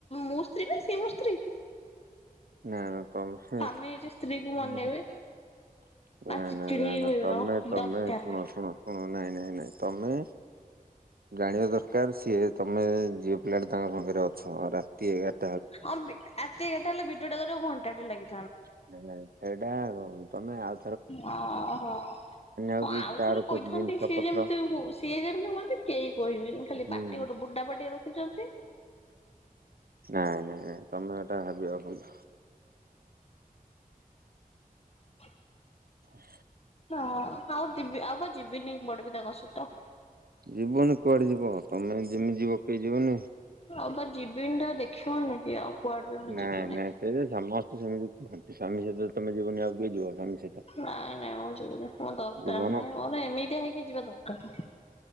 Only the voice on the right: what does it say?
ନା ନା ତମେ
ନା
ନା ନା
ନା
ତମେ
ତମେ
ଶୁଣ ଶୁଣ ହଁ ନାଇଁ ନାଇଁ ନାଇଁ ତମେ ଜାଣିବା ଦରକାର ସିଏ ତମେ ଝିଅ ପିଲାଟା ତାଙ୍କ ପାଖରେ ଅଛ ରାତି ଏଗାର
<unintelligible> ତମେ ଆ
ହଉଛି
ତାର
କେତେ ଜିନିଷ
ପତ୍ର
ନାଇଁ
ନାଇଁ ନାଇଁ ନାଇଁ ତମେ ଏଇଟା ଭାବିବା ଭୁଲ।
<inaudible>
ଯିବନି କୁଆଡେ ଯିବ ତମେ ଯେମିତି ଯିବ କେଇ ଯିବନି?
ନାଇଁ
ନାଇଁ ସେ ଯେ ସମସ୍ତେ ସେମିତି କୁହ ସ୍ୱୀମୀ ସହିତ ତମେ ଯିବନି ଆଉ କିଏ ଯିବ ସ୍ବାମୀ
ଯିବ ନା।